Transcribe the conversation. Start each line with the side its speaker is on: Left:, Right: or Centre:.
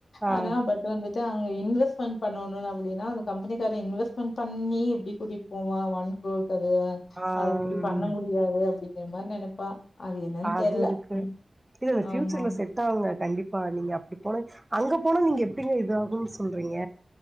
Right: ஆ
Left: ஆனா ப ட் அங்க இன்வெஸ்ட்மெண்ட் பண்ணனு அப்டினா அந்த கம்பெனிகார இன்வெஸ்ட்மெண்ட்பண்ணி எப்டி கூட்டிட்டு போவா ஒன் க்ரோர் க்கு அது
Right: ஆ
Left: அது இப்பிடி பண்ண முடியாது அப்டி ங்கற மாரி நெனைப்பா அது என்னன்னு
Right: அது
Left: தெர்ல.
Right: இருக்கு
Left: ம்
Right: இல்ல இல்ல ஃப்யூச்சர்ல
Left: ஆமாம்.
Right: செட் ஆகுங்க கண்டி நீங்க அப்டி போனா அங்க போனா நீங்க எப்டிங்க இதாகுன் சொல்றீங்க